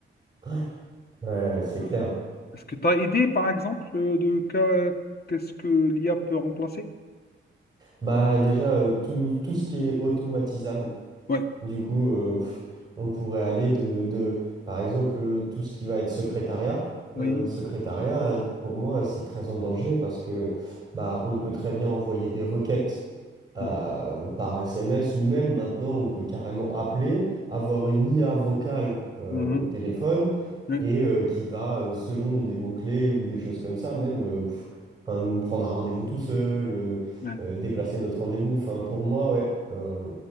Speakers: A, on the right; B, on the left.
A: Ouais. Ouais, c'est
B: Ouais.
A: clair.
B: Est-ce que tu as idée, par exemple, euh, de qu'est- qu'est-ce que l'IA peut remplacer?
A: Bah déjà, euh, tout, tout ce qui est automatisable.
B: Ouais,
A: Du coup, euh, pff, on pourrait aller de, de, par exemple, euh, tout ce qui va être secrétariat. Euh,
B: oui.
A: secrétariat, pour moi, c'est très en danger parce que bah, on peut très bien envoyer des requêtes euh,
B: Mhm.
A: par SMS ou même maintenant on peut carrément appeler, avoir une IA vocale euh,
B: Mhm.
A: au téléphone
B: Oui.
A: et euh, qui va, euh, selon des mots-clés ou des choses comme ça, même euh, pff, enfin, nous prendre un rendez-vous tout seul, euh,
B: Ouais.
A: euh, déplacer notre rendez-vous. Enfin, pour moi, ouais, euh,